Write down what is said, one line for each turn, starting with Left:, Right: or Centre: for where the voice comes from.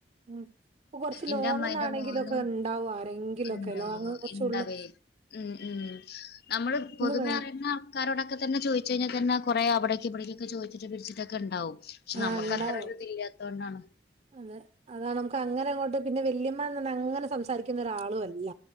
Right: ഉം ഇപ്പൊ കൊറ്ച്ച്
Left: എന്റെ
Right: ലോങ്ങ്ന്നാണെങ്കിലൊക്കെ
Left: അമ്മായിന്റെ മോനും
Right: ഇണ്ടാവും ആരെങ്കിലൊക്കെ
Left: ഇണ്ടോ
Right: ലോങ് കൊറ്ച്ച്
Left: ഇണ്ടവേ
Right: ഉള്
Left: ഉം ഉം നമ്മള് പൊതുവേ
Right: വേ
Left: അറിയുന്ന ആക്കാരോടൊക്കെതെന്നെ ചോയ്ച്ച്കഴിഞ്ഞാൽ തന്നെ കൊറെ അവിടേക്ക് ഇവിടേക്കൊകേചോയ്ച്ചിട്ട് പിടിച്ചിട്ടൊക്കെ ഇണ്ടാവും. പക്ഷെ
Right: ആഹ്
Left: നമ്മക്ക്
Right: ഇണ്ടാവും
Left: അത്ര ഒരു ഇതി ല്ലാത്തോണ്ടാണ്.
Right: അതെ. അതാണ് നമുക്ക് അങ്ങനെഇങ്ങോട്ട് പിന്നെ വല്യമ്മന്ന്ന്നെ അങ്ങനെ സംസാരിക്ക ക്ക്ന്നൊരാളു അല്ല